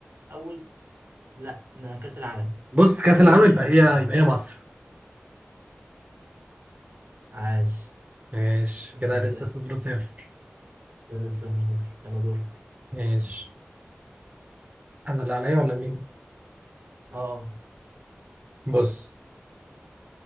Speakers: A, on the right; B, on the right.
A: أول لا ده كأس العالم
B: بص كأس
A: أول
B: العالم
A: دولة
B: يبقى
A: شاركت
B: هي
A: كأس العالم
B: يبقى هي مصر
A: عاش
B: ماشي
A: انت
B: كده
A: متأهل
B: لسه صفر صفر
A: لسه صفر صفر يلا دورك
B: ماشي انا اللي عليا ولا مين
A: اه
B: بص